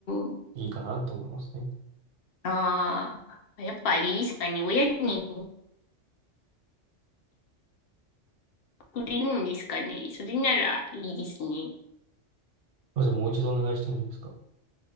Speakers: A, on the left; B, on the right.
A: ん。
B: いいかなと思いますね。す
A: ああ、やっぱあれですかね。親にくれるんですかね。それならいいですね。
B: みません、もう一度お願いしてもいいですか